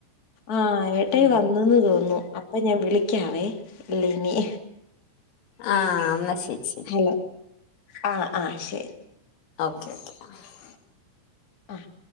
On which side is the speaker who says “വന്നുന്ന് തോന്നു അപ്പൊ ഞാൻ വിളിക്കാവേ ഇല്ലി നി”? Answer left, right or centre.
Left